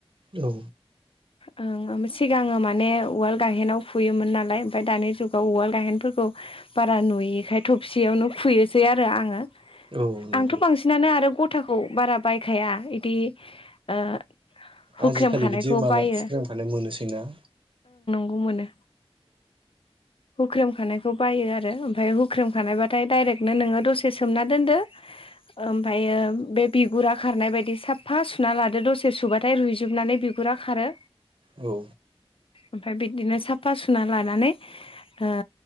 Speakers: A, on the right; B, on the left.
A: औ
B: ओं सिगाङो माने उवाल गायहेनाव फुयोमोन नालाय ओमफाय दानि जुगाव उवाल गाहेनफोरखौ बारा नुयिखाय थबसेयावनो खुयोसै आरो आङो।
A: औ नंगौ
B: आंथ' बांसिनानो आरो गथ थाखौ बारा बायखाया इदि ओ हुख्रेमखानायखौ
A: आजिखालि बिदि माबा
B: बायो
A: फुख्रेमखानाय मोनोसै ना?
B: गु मोनो। हुख्रेम खानायखौ बायो आर रो ओमफ्राय हुख्रेम खानायबाथाय डायरेक्टनो नोङो दसे सोमना दोनदो ओ ओमफायो बे बिगुरा खारनाय बायदि साफा सुना लादो दसे सुबाथाय रुइजोबनानै बिगुरा खारो।
A: औ
B: ओमफाय बिदिनो साफा सुनानै लानानै ओ